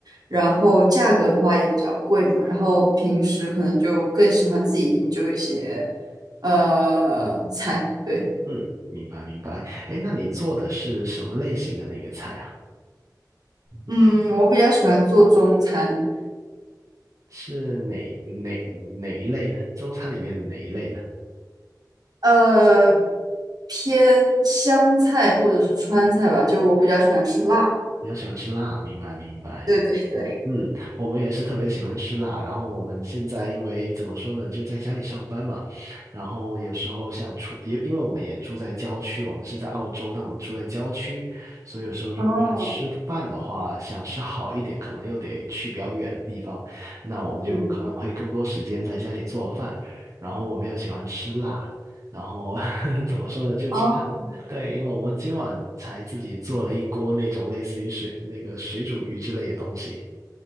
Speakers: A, on the right (about 65°); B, on the right (about 50°).
A: 然后价格的话也比较贵嘛，然后平时可能就更喜欢自己研究一些，呃，菜。对，
B: 嗯，明白明白。哎，那你做的是什么类型的那个菜啊？
A: 嗯，我比较喜欢做中餐。
B: 是哪哪哪一类呢？中餐里面的哪一类呢？
A: 呃，偏湘菜或者是川菜吧，就我比较喜欢吃辣。
B: 比较喜欢吃辣，明白明白。
A: 对对对，
B: 嗯，我们也是特别喜欢吃辣，然后我们现在因为怎么说呢，就在家里上班嘛，然后有时候想出，因因为我们也住在郊区，我们是在澳洲，但我们住在郊区，所以有时候如果要吃饭的话，
A: 哦，
B: 想吃好一点，可能又得去比较远的地方，那我们就可能会更多时间在家里做饭，
A: 对对对，
B: 然后我们又喜欢吃辣，然后 <laughs> 怎么说呢，就经常对，
A: 哦
B: 因为我们今晚才自己做了一锅那种类似于水那个水煮鱼之类的东西。